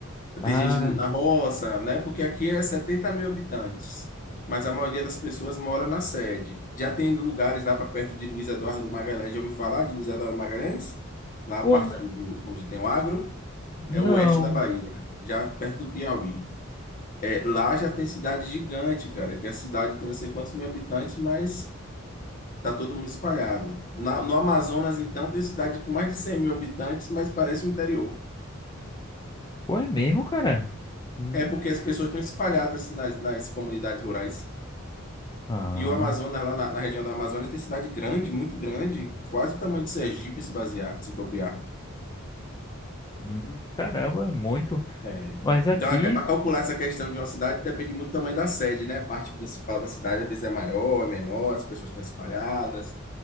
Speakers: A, on the left; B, on the left.
A: Ah,
B: Tem gente na roça, né? Porque aqui é 70 mil habitantes, mas a maioria das pessoas mora na sede. Já tem lugares lá para perto de Luiz Eduardo Magalhães, já ouviu falar de Luiz Eduardo Magalhães? Lá a
A: pô,
B: parte
A: n-
B: do, do- onde tem o agro,
A: não.
B: é o oeste da Bahia, já perto do Piauí. É, lá já tem cidade gigante, cara, que a cidade tem não sei quantos mil habitantes, mas tá todo mundo espalhado. Na- no Amazonas, então, tem cidade com mais de 100 mil habitantes, mas parece o interior.
A: Pô, é mesmo, cara? Hum,
B: É porque as pessoas estão espalhadas nas, nas comunidades rurais.
A: ah,
B: E o Amazonas, lá na, na região da Amazônia, tem cidade grande, muito grande, quase o tamanho de Sergipe, se basear, se bobear.
A: hum, caramba, é muito.
B: É.
A: Mas aqui
B: Então, é para calcular essa questão de uma cidade, depende muito do tamanho da sede, né? A parte principal da cidade, às vezes, é maior, é menor, as pessoas estão espalhadas.